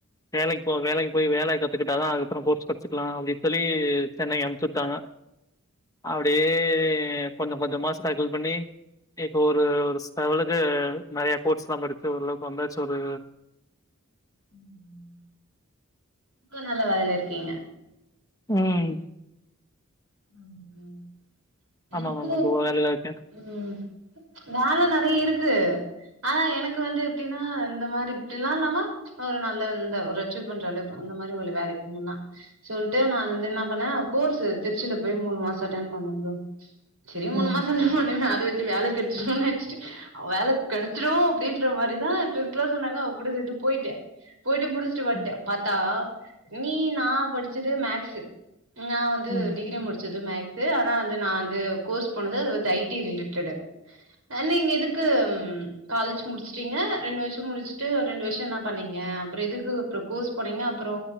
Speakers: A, on the left; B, on the right.
A: வேலைக் போ வேலைக் போய் வேலய கத்துகிட்டாதா அதுக்கப்றோ கோர்ஸ் படிச்சிக்லா அப்டின் சொல்லி சென்னைக் அம்சுட்டாங்க அப்டியே கொஞ்ச கொஞ்சமா ஸ்ட்ரகுள் பண்ணி இப்போ ஒரு ஒரு ஸ்லெவலுக்கு நறைய கோட்ஸ்லா படிச்சு ஒரளவுக்கு வந்தாச்சு ஒரு
B: ம் ம் இப்ப நல்ல வேலைல இர்க்கீங்க?
A: ம்.
B: <inaudible>
A: ஆமா
B: எனக்கு
A: மேம் நா கோ வேலைலருக்கே.
B: ம் வேல நெறைய இருக்கு ஆனா எனக்கு வந்து எப்டினா இந்த மாரி தில்லாலமா ஒரு நல்ல இந்த ஒரு அட்சூ பண்ற அளவுக்கு அந்த மாரி ஒலு வேலைய பண்ணுன்னா சொல்ட்டு நான் வந்து என்ன பண்ணே கோர்ஸ் திருச்சில போய் மூணு மாசோ அட்டென் பண்ணே ப்ரோ. செரியா மூணு
A: ம்
B: மாசந்தா பண்ணே அத வெச்சு வேல கெட்ச்சிடுன் நெனச்ட்டு அ வேல கெடச்சிடு அப்டின்ற மாரிதா எ ஃப்ரெண்ஸ்லா சொன்னாங்க அவ கூட சேந்து போய்ட்டே. போயிட்டு முடிச்ட்டு வந்ட்டே.
A: ம்
B: பாத்தா நீ நா படிச்சது மேக்ஸு. நா வந்து
A: ம்
B: டிகிரி முடிச்சது மேக்ஸு ஆனா வந்து நா வ ந்து கோர்ஸ் போனது அது வந்து ஐ டி ரிலேட்டடு அ நீங்க எதுக்கு ம் காலேஜ் முடிச்டிங்க ரெண்டு வர்ஷோ முடிச்ட்டு ரெண்டு வர்ஷோ என்ன பண்ணிங்க அப்புறோ எதுக்கு அப்புறோ கோர்ஸ் போனீங்க அப்புறோ